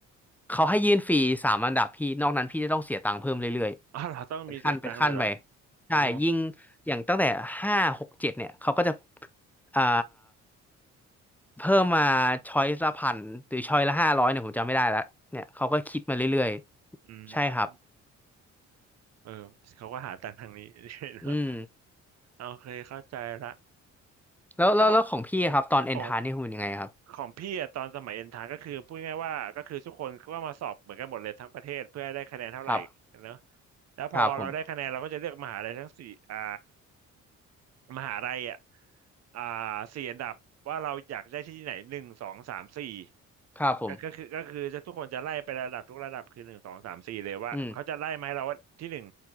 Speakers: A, in the centre; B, on the right (about 60°).
A: เขาให้ยื่นฟรีสามอันดับพี่นอกนั้นพี่จะต้องเสียตังค์เพิ่มเรื่อยๆเป็นขั้นเป็นขั้นไป
B: อ๋อเราต้องมีเสียตังค์เลยเหรอ
A: ใช่ยิ่ง
B: อ๋อ
A: อย่างตั้งแต่ห้าหกเจ็ดเนี่ยเขาก็จะอ่าเพิ่มมาช้อยละพันหรือช้อยละห้าร้อยเนี่ยผมจำไม่ได้แล้วเนี่ยเขาก็คิดมาเรื่อยๆใช่ครับ
B: อืมเออเขาก็หาตังค์ทางนี้ <laughs> เนอะ
A: อืม
B: โอเคเข้าใจละ
A: แล้วแล้วแล้วของพี่ครับตอนเอนทานนี่คุณเป็นยังไงครับ
B: แต่ว่าของของพี่อะตอนสมัยเอ็นทรานก็คือพูดง่ายๆว่าก็คือทุกคนก็มาสอบเหมือนกันหมดเลยทั้งประเทศเพื่อให้ได้คะแนนเท่าไหร่เนอะ
A: ครับ
B: แล้วพอเราได้คะแนนเราก็จะเลือกมหาลัยทั้งสี่อ่า
A: ครับผม
B: มหาลัยอ่ะอ่าสี่อันดับว่าเราอยากได้ที่ไหนหนึ่งสองสามสี่
A: ครับผม
B: ก็ก็คือก็คือจะทุกคนจะไล่ไประดับทุกระดับคือหนึ่งสองสามสี่เลยว่าเขาจะไล่ไหมาให้เราว่าที่หนึ่ง
A: อืม